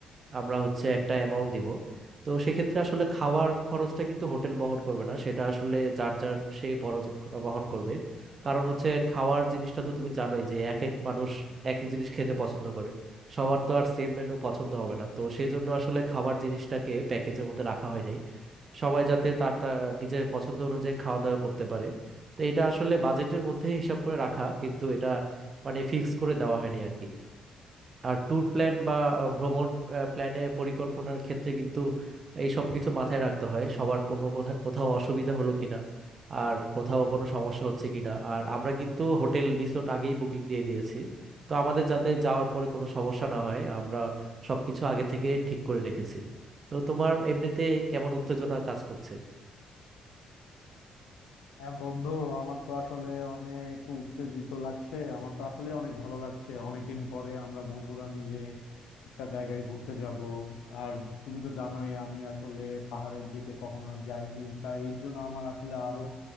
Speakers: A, on the right; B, on the left.
A: আমরা হচ্ছে একটা অ্যামাউন্ট দিব তো সেক্ষেত্রে আসলে খাওয়ার খরচটা কিন্তু হোটেল বহন করবে না সেটা আসলে যার যার সে বরজ বহন করবে কারণ হচ্ছে খাওয়ার জিনিসটা তো তুমি জানোই যে এক এক মানুষ এক এক জিনিস খেতে পছন্দ করে সবার তো আর সেম মেনু পছন্দ হবে না তো সেই জন্য আসলে খাবার জিনিসটাকে প্যাকেজের মধ্যে রাখা হয় নাই সবাই যাতে তার তার নিজের পছন্দ অনুযায়ী খাওয়া দাওয়া করতে পারে তো এটা আসলে বাজেটের মধ্যে হিসাব করে রাখা কিন্তু এটা মানে ফিক্স করে দেওয়া হয়নি আর কি আর ট্যুর প্ল্যান বা আহ, ভ্রমণ প্ল্যানে পরিকল্পনার ক্ষেত্রে কিন্তু এই সব কিছু মাথায় রাখতে হয় সবার কোনো কোথাও কোথাও অসুবিধা হলো কিনা আর কোথাও কোনো সমস্যা হচ্ছে কিনা আর আমরা কিন্তু হোটেল রিসোর্ট আগেই বুকিং দিয়ে দিয়েছি তো আমাদের যাতে যাওয়ার পরে কোনো সমস্যা না হয় আমরা সবকিছু আগে থেকে ঠিক করে রেখেছি তো তোমার এমনিতে কেমন উত্তেজনা কাজ করছে
B: হ্যাঁ বন্ধু আমার তো আসলে অনেক একটু উত্তেজিত লাগছে আমার তো আসলে অনেক ভালো লাগছে অনেকদিন পরে আমরা বন্ধুরা মিলে একটা জায়গায় ঘুরতে যাব আর তুমি তো জানোই আমি আসলে পাহাড়ের দিকে কখনো যাইনি তাই এর জন্য আমার আসলে আরো